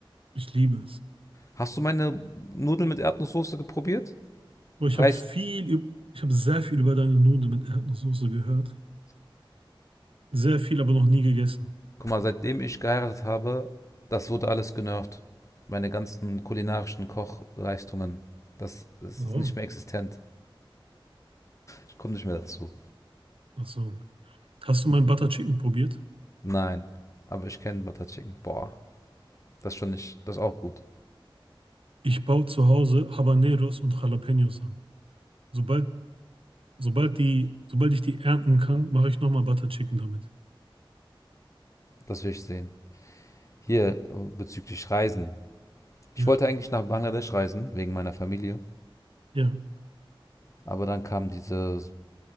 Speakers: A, on the right; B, on the left.
A: Ich liebe es.
B: Hast du meine Nudeln mit Erdnusssoße geprobiert?
A: Aber ich
B: Reicht.
A: habe viel, üb- ich habe sehr viel über deine Nudeln mit Erdnusssoße gehört. Sehr viel, aber noch nie gegessen.
B: Guck mal, seitdem ich geheiratet habe, das wurde alles genervt. Meine ganzen kulinarischen Kochleistungen, das, das
A: Warum?
B: ist nicht mehr existent. Ich komme nicht mehr dazu.
A: Ach so. Hast du mein Butter Chicken probiert?
B: Nein, aber ich kenne Butter Chicken. Boah, das schon nicht, das ist auch gut.
A: Ich baue zu Hause Habaneros und Jalapenos an. Sobald, sobald die, sobald ich die ernten kann, mache ich nochmal Butter Chicken damit.
B: Das will ich sehen. Hier äh, bezüglich Reisen. Ich
A: Ja,
B: wollte eigentlich nach Bangladesch reisen, wegen meiner Familie.
A: ja.
B: Aber dann kam diese,